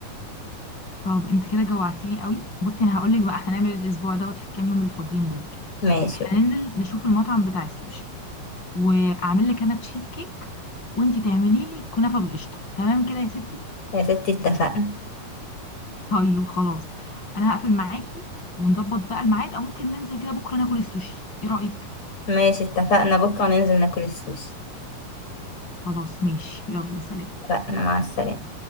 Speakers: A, on the left; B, on the left.
A: طب انت كده جوعتيني قوي بصي انا هقول لك بقى احنا هنعمل الاسبوع دوت في الكام يوم الفاضيين دول
B: ماشي
A: احنا ننزل نشوف المطعم بتاع السوشي واعمل لك انا تشيز كيك وانت تعملي لي كنافه بالقشطه تمام كده يا ستي
B: يا ستي اتفقنا
A: طيب خلاص انا هقفل معاكي ونظبط بقى الميعاد او ممكن ننزل كده بكره ناكل السوشي ايه رايك
B: ماشي اتفقنا بكرة ننزل ناكل السوشي
A: خلاص ماشي يلا سلام
B: اتفقنا مع السلامة